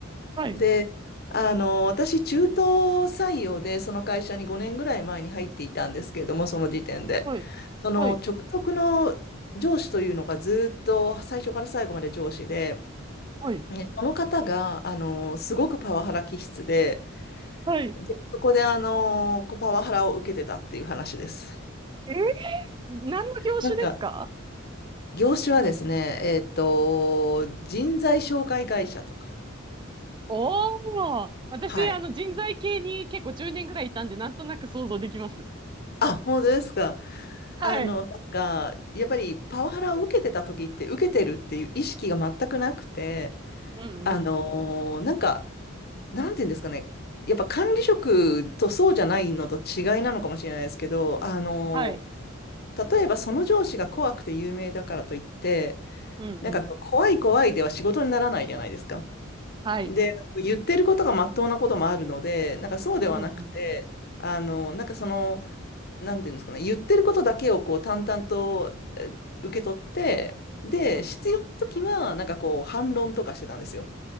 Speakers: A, on the right; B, on the left.
A: はい。
B: で、あの、私、中途採用で、その会社に5年ぐらい前に入っていたんですけれども、その時点で。
A: はい。
B: その直属の上司というのがずっと最初から最後まで上司で、
A: はい。はい。
B: でその方が、あの、すごくパワハラ気質で、
A: はい。
B: で、そこで、あの、こうパワハラを受けてたっていう話です。
A: え何の業種ですか
B: なんか、業種はですね、えっと、人材紹介会社とか。
A: おー。私、
B: はい。
A: あの、人材系に結構10年ぐらいいたんで、なんとなく想像できます。
B: あ、本当ですか。
A: はい。
B: あの、なんか、やっぱりパワハラを受けてた時って、受けてるっていう意識が全くなくて、
A: うんうん。
B: あのーなんか、なんていうんですかね、やっぱ管理職とそうじゃないのと違いなのかもしれないですけど、あのー
A: はい。
B: 例えばその上司が怖くて有名だからといって、
A: うんうん。
B: なんか怖い怖いでは仕事にならないじゃないですか。
A: はい。
B: で、言ってることがまっとうなこともあるので、なんかそうではなくて、
A: うんうん。
B: あの、なんかその、なんていうんですかね、言ってることだけをこう淡々とえ受け取って、で、
A: うん
B: 必要な時は、なんかこう、反論とかしてたんですよ。